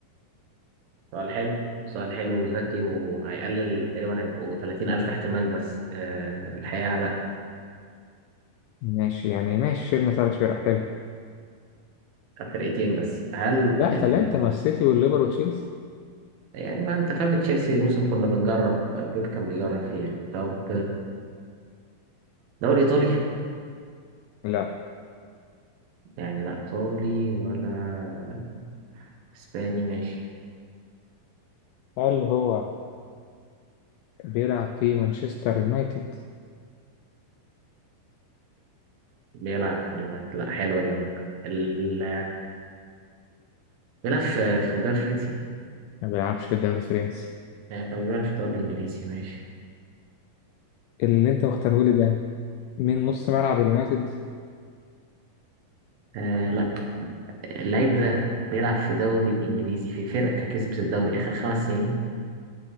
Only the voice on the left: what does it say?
ماشي يعني ماشي شيلنا ثلاث فرق حلو
لا
ثلاثه ما السيتي والليفر وتشيلسي
لا
هل هو بيلعب في مانشستر يونايتد
ما بيلعبش في الدوري الفرنسي
اللي انت مختارهولي ده من نص ملعب اليونايتد